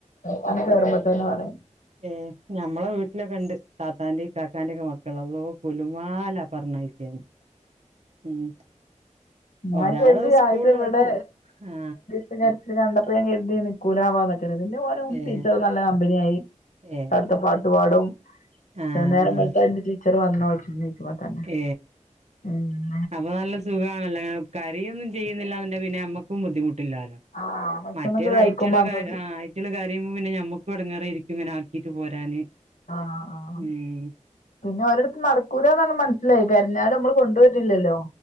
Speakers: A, on the left; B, on the right.
A: വന്ന് കേറുമ്പോത്തന്നെ പറയും
B: ഏ ഞമ്മളെ വീട്ടിലൊക്കെ ഉണ്ട് താത്താന്റേം കാക്കാന്റേം ഒക്കെ മക്കള് അള്ളോ ഗുലുമാല പറഞ്ഞയക്കാന് അഹ്
A: ഞാൻ
B: ഒരാള്
A: കരുതി
B: സ്കൂളില്
A: ആദ്യത്തെ ഇവിടെ
B: ആ
A: <unintelligible> കണ്ടപ്പോ ഞാൻ കരുതി നിക്കൂലാവാന്നക്കെ <unintelligible> പോലും
B: ഏ
A: ടീച്ചർ നല്ല കമ്പനിയായി.
B: ഏഹ്
A: അടുത്തെ പാട്ടു പാടും.
B: ആഹ്
A: നേരം
B: ആഹ്
A: വെളുത്ത ഇന്റെ ടീച്ചർ വന്നോ <inaudible>
B: ഏ
A: ആഹ്
B: അപ്പൊ നല്ല സുഖാണല്ലോ അങ്ങനെ കരയൊന്നും ചെയ്യുന്നില്ലന്നുണ്ടേൽ പിന്നെ നമ്മക്കും ബുദ്ധിമുട്ടില്ലാലോ
A: ആഹ് ഭക്ഷണൊക്കെ
B: മറ്റേത്
A: കഴിക്കുമ്പോ
B: ഐറ്റള്
A: അന്ന്
B: കര കുട്ട്യാള് കരയുമ്പപ്പിന്നെ നമ്മുക്കുംടങ്ങേറയിരിക്കും ഇങ്ങെനെ ആക്കിട്ട് പോരാന്
A: ആ ആ ആ
B: ഉം
A: പിന്നെ ഒരിടത്തും നടക്കൂലന്ന മനസ്സിലായി കരിഞ്ഞാലുംമ്മള് കൊണ്ടുവരിണില്ലല്ലോ